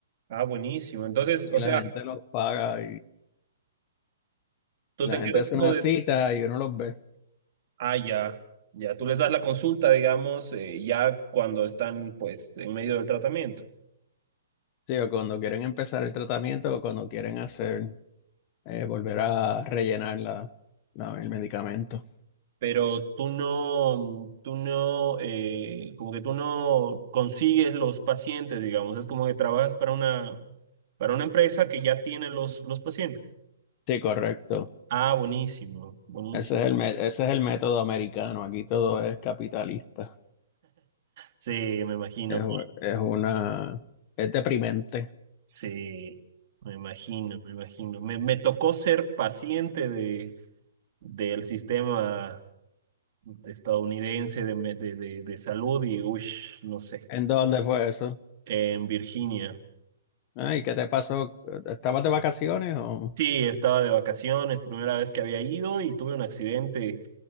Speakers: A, on the right (about 55°); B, on the left (about 40°).
A: Ah, buenísimo. Entonces,
B: y
A: o sea,
B: la gente los paga
A: tú
B: La
A: te encargas
B: gente hace
A: como
B: una
A: de...
B: cita y uno los ve.
A: Ah, ya, ya, tú les das la consulta, digamos, eh, ya cuando están, pues, en medio del tratamiento.
B: Sí, o cuando quieren empezar el tratamiento o cuando quieren hacer, eh, volver a rellenar la, la- el medicamento.
A: Pero tú no, tú no, eh, como que tú no consigues los pacientes, digamos. Es como que trabajas para una, para una empresa que ya tiene los, los pacientes.
B: Sí, correcto.
A: Ah, buenísimo, buenísimo.
B: Ese es el, me- ese es el método americano. Aquí todo es capitalista.
A: Sí, me imagino.
B: Es, u- es una, es deprimente.
A: Sí, me imagino, me imagino. Me, me tocó ser paciente de del sistema estadounidense de, me- de, de- de salud y, ush, no sé,
B: ¿En dónde fue eso?
A: en Virginia.
B: Ay, ¿qué te pasó? ¿Estabas de vacaciones o?
A: Sí, estaba de vacaciones, primera vez que había ido y tuve un accidente.